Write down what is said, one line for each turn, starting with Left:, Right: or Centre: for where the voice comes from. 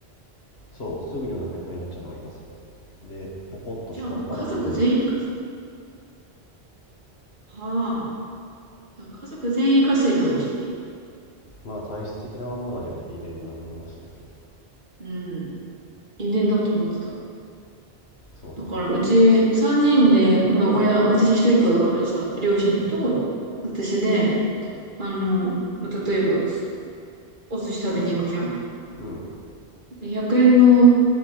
Left: そうすぐにお腹いっぱいになっちゃうのがイカ水でポコッと下っ腹だけ出ちゃう
Right: じゃあもう家族全員イカ水。はあ。じゃあ家族全員イカ水だ、うち。
Left: まあ体質的なものあるよね遺伝な話だけど
Right: うん。遺伝だと思ってた。
Left: そうね
Right: だから、うち三人で、まあ親、私一人っ子だからさ、両親と私で、あの、まあ、例えば、お寿司食べに行くじゃん。
Left: うん
Right: で、100円の、